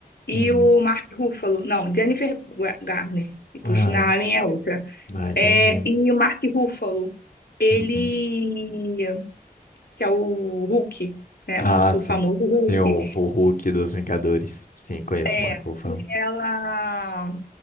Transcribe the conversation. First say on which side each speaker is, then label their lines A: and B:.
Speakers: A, on the left; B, on the left.
A: e
B: Uhum.
A: o Mark Ruffalo. Não, Jennifer Gu- Garner. E Christina
B: Ah,
A: Allen é outra.
B: ah, entendi.
A: É, e o Mark Ruffalo, ele...
B: Uhum.
A: Que é o Hulk, né?
B: Ah,
A: O nosso
B: sim.
A: famoso Hulk.
B: Sim, o, o Hulk dos Vingadores. Sim, conheço
A: É,
B: o Marco Ruffalo.
A: E ela...